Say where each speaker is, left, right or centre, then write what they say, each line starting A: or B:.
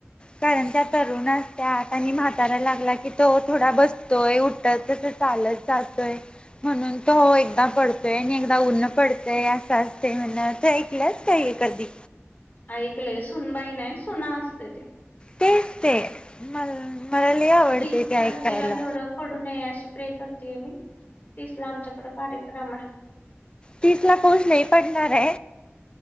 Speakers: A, on the left; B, on the left.
A: कारण त्या, तरुणास असत्यात, आणि म्हाता लागला की तो, थोडा बसतोय उठत तसं चालच. जातोय, म्हणून तो एकदा पडतोय, आणि एकदा उऊनन पडतंय, असं असते म्हण. ते, ऐकलंच काय कधी,
B: ऐकले, सुनबाई नाही, सुना असते ते,
A: तेच, ते मला- मला लई आवडते
B: तीस
A: ते,
B: तारखेला
A: ऐकायला.
B: तेवढं पडू नये, अशी प्रे करतेये मी, तिसला आमच्याकड कार्यक्रम आहे.
A: तीसला पाऊस लई पडणारे.